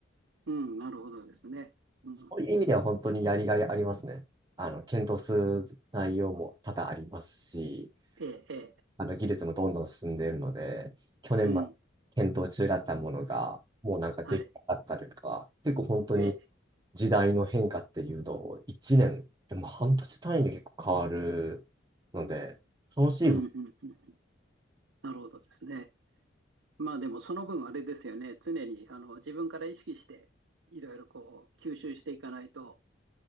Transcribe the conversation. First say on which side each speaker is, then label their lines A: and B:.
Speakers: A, on the right; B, on the right.
A: うん、なるほどですね。うん
B: そういう意味では本当にやりがいありますね。あの、検討する内容も多々ありますし、
A: ええ、ええ、
B: あの、技術もどんどん進んでいるので、去年まで検討中だったものが、
A: うん、
B: もうなんかできなかったりとか、
A: はい。
B: 結構本当に
A: ええ、
B: 時代の変化っていうのを1年、でも半年単位で結構変わるので、楽しい
A: うん、うん、うん。なるほどですね。まあでもその分あれですよね。常にあの自分から意識していろいろこう吸収していかないと、